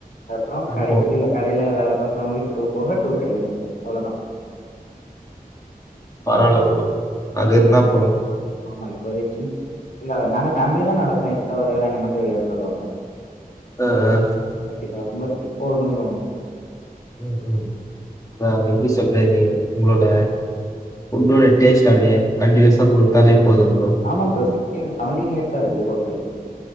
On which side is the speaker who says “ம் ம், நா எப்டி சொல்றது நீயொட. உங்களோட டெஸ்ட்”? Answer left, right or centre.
Left